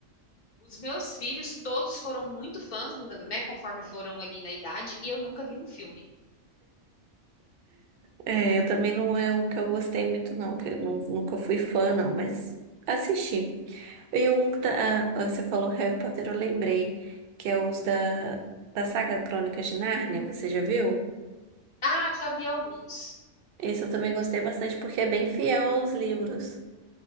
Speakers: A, on the left; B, on the right.
A: os meus filhos todos foram muito fãs, né? Conforme foram ali na idade, e eu nunca vi um filme.
B: É, eu também não é um que eu gostei muito, não, que eu nu- nunca fui fã, não, mas assisti. E um da, ah, você falou Harry Potter, eu lembrei, que é os da, da saga Crônicas de Nárnia, você já viu?
A: Ah, já vi alguns.
B: Esse eu também gostei bastante, porque é bem fiel aos livros.